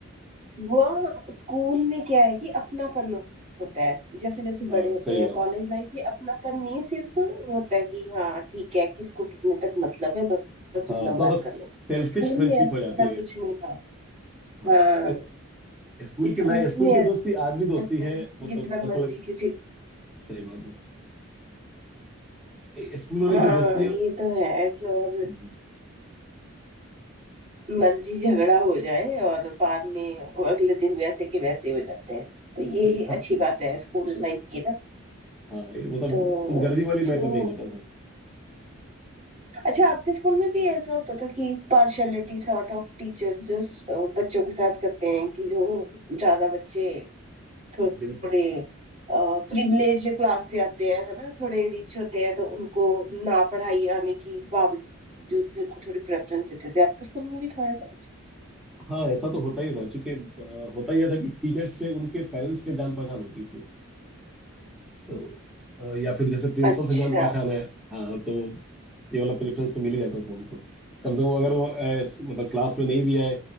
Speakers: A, on the right; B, in the centre.
A: वह स्कूल में क्या है कि अपनापन होता है जैसे जैसे
B: हाँ
A: बड़े होते
B: सही
A: हैं
B: बात
A: कॉलेज लाइफ में अपनापन नहीं सिर्फ होता है कि हाँ ठीक है किसको कितने तक मतलब है बस
B: है। हाँ
A: उतना
B: थोड़ा
A: बात
B: सा
A: कर
B: सेल्फिश
A: लो स्कूल
B: फ्रेंडशिप
A: में ऐसा
B: हो जाती है
A: कुछ नहीं था
B: हाँ
A: हाँ
B: ए- स्कूल
A: तो स्कूल
B: के लाइफ स्कूल
A: में
B: की दोस्ती आज
A: ऐसा
B: भी दोस्ती है
A: है,
B: मतलब
A: जितना
B: ऐसा
A: मर्जी
B: लग
A: किसी को
B: सही बात है ए- स्कूल वाली
A: हाँ
B: जो दोस्ती है
A: ये तो है कि और
B: हम्म,
A: मर्जी झगड़ा हो जाए और बाद में वो अगले दिन वैसे के वैसे हो जाते हैं तो ये
B: सही बात
A: अच्छी बात है स्कूल लाइफ की ना
B: हाँ ये मतलब
A: तो
B: खुदगर्जी वाली
A: जो
B: मैटर नहीं होता
A: अच्छा
B: था
A: आपके स्कूल में भी ऐसा होता था कि पार्शलिटी सॉर्ट ऑफ टीचर्स बच्चों के साथ करते हैं कि जो ज्यादा बच्चे थोड़े
B: बिल्कुल
A: प्रिविलेज क्लास से आते हैं है ना थोड़े रिच होते हैं तो उनको ना पढ़ाई आने की बावजूद भी उनको थोड़ी प्रेफरेंस देते थे आपके स्कूल में भी था ऐसा कुछ
B: हाँ ऐसा तो होता ही था क्योंकि अ, होता ही था कि टीचर्स से उनके पेरेंट्स के जान पहचान होती थी तो अ, या फिर जैसे प्रिंसिपल
A: अच्छा
B: से जान पहचान है हाँ तो ये वाला प्रेफरेंस तो मिल ही जाता था हमको कम से कम अगर वो अ, इस- मतलब क्लास में नहीं भी आए